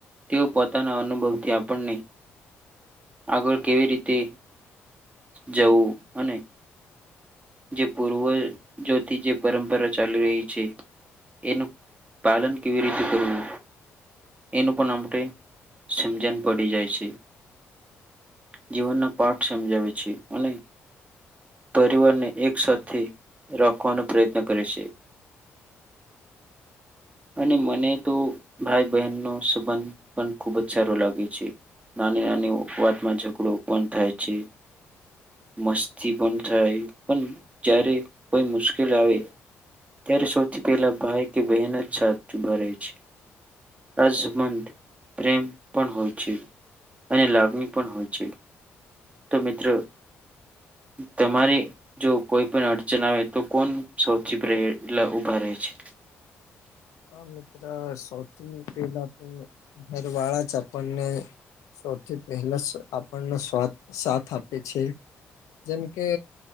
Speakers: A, on the right (about 25°); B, on the left (about 75°).
A: તેઓ પોતાના અનુભવથી આપણને આગળ કેવી રીતે જવું અને જે પૂર્વજોથી જે પરંપરા ચાલી રહી છે એનું પાલન કેવી રીતે કરવું એનું પણ આપણે સમજણ પડી જાય છે. જીવન ના પાઠ સમજાવે છે અને પરિવાર ને એક સાથે રાખવાનો પ્રયત્ન કરે છે. અને મને તો ભાઈ બહેનનો સંબંધ પણ ખુબ જ સારો લાગે છે. નાની નાની વાતમાં ઝઘડો પણ થાય છે. મસ્તી પણ થાય પણ જય્યારે કોઈ મુશ્કેલ આવે ત્યારે સૌથી પહેલા ભાઈ કે બહેન જ હથ ભરે છે આઝમન પ્રેમ પણ હોય છે અને લાગણી પણ હોય છે તો મિત્રો તમારી જો કોઈ પણ અડચન આવે તો કોણ સૌથી પ્રે લા ઉભાારય છે.
B: હા મિત્ર સૌથી પેલા તો ઘર વાળા જ આપણને સૌથી પહેલા આપણને સ્વાદ સાથ આપે છે. જેમ કે